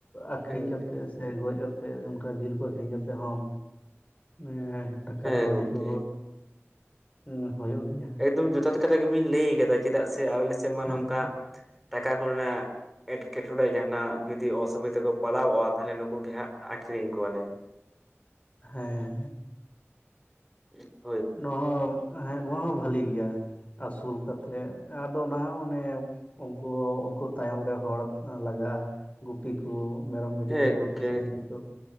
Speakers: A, on the left; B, in the centre.
A: ᱟᱠᱷᱨᱤᱧ
B: ᱦᱮᱸ
A: ᱠᱟᱛᱮᱜ
B: ᱦᱮᱸ ᱦᱮᱸ
A: ᱥᱮ ᱜᱚᱡ ᱠᱟᱛᱮᱜ ᱚᱱᱠᱟ ᱡᱤᱞ ᱠᱚ ᱟᱹᱷᱨᱤᱧ ᱠᱟᱛᱮᱜ ᱦᱚᱸ ᱮᱸ ᱴᱟᱠᱟ
B: ᱦᱮᱸ
A: ᱠᱟᱹᱣᱰᱤ
B: ᱜᱚᱝᱠᱮ
A: ᱠᱚ ᱩᱸ ᱦᱩᱭᱩᱜ ᱜᱮᱭᱟ᱾
B: ᱮᱫᱚᱢ ᱡᱚᱛᱷᱟᱛ ᱠᱟᱛᱷᱟ ᱜᱮᱵᱤᱱ ᱞᱟᱹᱭ ᱠᱟᱫᱟ ᱪᱮᱫᱟᱜ ᱥᱮ ᱟᱞᱮ ᱥᱮᱜ ᱢᱟ
A: ᱦᱮᱸ
B: ᱱᱚᱝᱠᱟ ᱴᱟᱠᱟ ᱠᱚᱨᱮᱱᱟᱜ ᱮᱴᱠᱮᱴᱚᱬᱮ ᱡᱟᱦᱟᱸᱱᱟᱜ ᱡᱩᱫᱤ ᱚᱥᱩᱵᱤᱫᱟ ᱠᱚ ᱯᱟᱲᱣᱚᱜᱼᱟ ᱛᱟᱦᱚᱞᱮ ᱱᱩᱠᱩ ᱜᱮ ᱦᱟᱸᱜ ᱟᱠᱷᱨᱤᱧ ᱠᱚᱣᱟᱞᱮ᱾
A: ᱦᱮᱸ ᱦᱮᱸ
B: <inaudible>
A: ᱱᱚᱣᱟ ᱦᱚᱸ ᱦᱮᱸ ᱱᱚᱣᱟ ᱦᱚᱸ ᱵᱷᱟᱞᱤ ᱜᱮᱭᱟ ᱟᱥᱩᱞ ᱠᱟᱛᱮᱜ ᱟᱫᱚ ᱚᱱᱟ ᱦᱚᱸ ᱚᱱᱮ, ᱩᱱᱠᱩ ᱩᱱᱠᱩ ᱛᱟᱭᱚᱢ ᱨᱮ ᱦᱚᱲ ᱞᱟᱜᱟᱜᱼᱟ᱾ ᱜᱩᱯᱤ ᱠᱚ ᱢᱮᱨᱚᱢ ᱵᱤᱰᱤ
B: ᱦᱮᱸ
A: ᱠᱚ ᱛᱟᱦᱮᱸ
B: ᱜᱚᱝᱠᱮ
A: ᱞᱮᱱ ᱠᱷᱟᱭ ᱥᱮ ᱰᱟᱝᱨᱤ ᱠᱚ